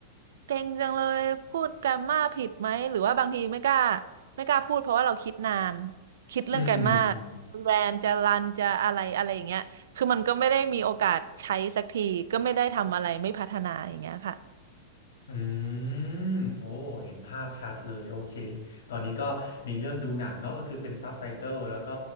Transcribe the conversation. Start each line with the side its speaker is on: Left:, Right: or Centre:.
Right: เก่งจังเลยพูดแกรมมาผิดไหมหรือว่าบางทีไม่กล้าไม่กล้าพูดเพราะว่าเราคิดนานคิดเรื่องแกรมมา
Left: อืม
Right: แรนจะรันจะอะไรอะไรอย่างเงี้ยคือมันก็ไม่ได้มีโอกาสใช้สักทีก็ไม่ได้ทำอะไรไม่พัฒนาอย่างเงี้ยค่ะ
Left: อืมโอ้เห็นภาพชัดเลยโอเคตอนนี้ก็มีเรื่องดูหนังเนาะก็คือเป็นซับไตเติลแล้วก็